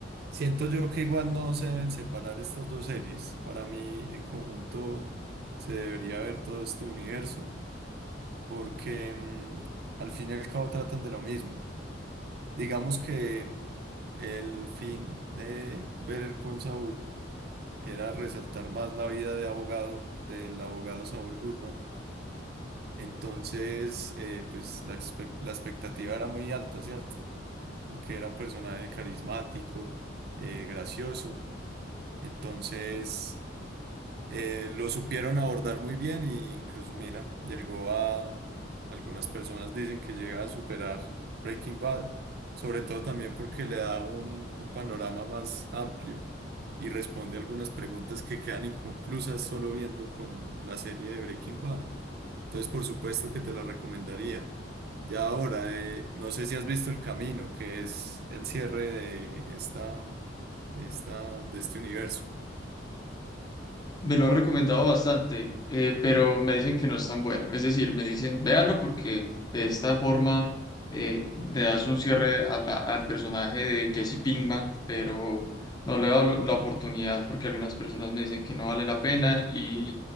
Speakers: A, on the right; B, on the left.
A: Siento yo que igual no se deben separar estas dos series. Para mí, en conjunto, se debería ver todo este universo. porque mm, al fin y al cabo tratan de lo mismo. Digamos que el fin de Better Call Saul era resaltar más la vida de abogado, del abogado Saul Goodman. Entonces, eh, pues la, expe- la expectativa era muy alta, ¿cierto? Porque era un personaje carismático, eh, gracioso. Entonces... Eh, lo supieron abordar muy bien e incluso, mira, llegó a, algunas personas dicen que llega a superar Breaking Bad, sobre todo también porque le da un, un panorama más amplio y responde algunas preguntas que quedan inconclusas solo viendo con la serie de Breaking Bad. Entonces, por supuesto que te la recomendaría. Ya ahora, eh, no sé si has visto El Camino, que es el cierre de esta, de esta, de este universo.
B: Me lo han recomendado bastante, eh, pero me dicen que no es tan bueno. Es decir, me dicen, véalo porque de esta forma eh, le das un cierre a la- al personaje de Jesse Pinkman, pero no le he dado la oportunidad porque algunas personas me dicen que no vale la pena y